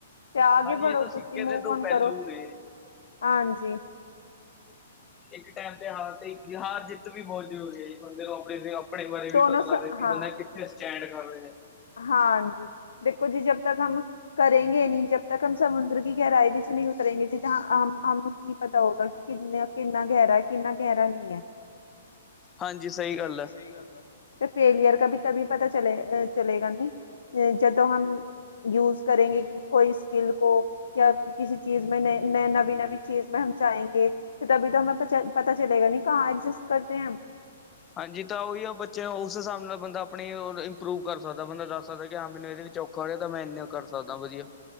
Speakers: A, on the left (about 85°); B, on the left (about 20°).
A: ਤੇ ਆ
B: ਹਾਂਜੀ
A: ਗੇ ਬੜ੍ਹੋ
B: ਇਹ ਤਾਂ
A: ਤੁਸੀਂ
B: ਸਿੱਕੇ
A: ਮੂੰਵ
B: ਦੇ ਦੋ
A: ਓਨ
B: ਪਹਿਲੂ
A: ਕਰੋ।
B: ਨੇ
A: ਹਾਂਜੀ।
B: ਇੱਕ ਟਾਈਮ ਤੇ ਹਾਰ ਤੇ ਹਾਰ ਜਿੱਤ ਵੀ ਬਹੁਤ ਜ਼ਰੂਰੀ ਹੈ ਜੀ ਬੰਦੇ ਨੂੰ ਆਪਣੇ ਆਪਣੇ ਬਾਰੇ ਵੀ
A: ਦੋਨੋ
B: ਪਤਾ
A: ਸ
B: ਲੱਗਦਾ ਕਿ
A: ਹਾਂ।
B: ਬੰਦਾ ਕਿੱਥੇ ਸਟੈਂਡ ਕਰ ਰਿਹੇ ਹੈ।
A: ਹਾਂਜੀ ਦੇਖੋ ਜੀ ਜਬ ਤੱਕ ਹਮ ਕਰੇਗੇ ਨੀ ਜਬ ਤੱਕ ਹਮ ਸਮੁੰਦਰ ਗਹਿਰਾਈ ਵਿੱਚ ਨਹੀਂ ਉਤਰੇਗੇਂ ਜੀ ਜ <unintelligible> ਹੂੰ ਕੀ ਪਤਾ। ਤਾ ਹੋਊਗਾ ਕਿ ਕਿੰਨਾ ਕਿੰਨਾ ਗਹਿਰਾ ਹੈ ਕਿੰਨਾ ਗਹਿਰਾ ਨਹੀਂ ਹੈ।
B: ਹਾਂਜੀ ਗੱਲ
A: ਹਾਂਜੀ
B: ਹੈ।
A: ਸਹੀ ਗੱਲ। ਤੇ ਫੇਲੀਅਰ ਕ ਵੀ ਤਭੀ ਪਤਾ ਚਲੇ ਚਲੇਗਾ ਨੀ ਅ ਜਦੋਂ ਹਮ ਯੂਸ ਕਰੇਂਗੇ ਕਿ ਕੋਈ ਸਕੀਲ ਕੋ ਜਾਂ ਕਿਸੀ ਚੀਜ਼ ਮੇ ਨਯੇ ਨਏ ਨਵੀਂ-ਨਵੀਂ ਚੀਜ਼ ਮੇ ਹਮ ਜਾਏਂਗੇ। ਤਭੀ ਤੋ ਹਮੇ ਪਤਾ ਚਲੇਗਾ ਨੀ ਕਹਾਂ ਐਗਜਿਸਟ ਕਰਤੇ ਹੈ ਹਮ
B: ਹਾਂਜੀ ਤਾਂ ਉਹੀ ਆ ਬੱਚੇ ਉਸ ਹਿਸਾਬ ਨਾਲ ਬੰਦਾ ਆਪਣੀ ਇੰਪਰੂਵ ਕਰ ਸਕਦਾ ਬੰਦਾ ਦੱਸ ਸਕਦਾ ਕਿ ਹਾਂ ਮੈਨੂੰ ਇਹਦੇ ਚਖੌਰੇ ਤਾਂ ਮੈਂ ਇੰਨੇ ਕਰ ਸਕਦਾ ਵਧੀਆ।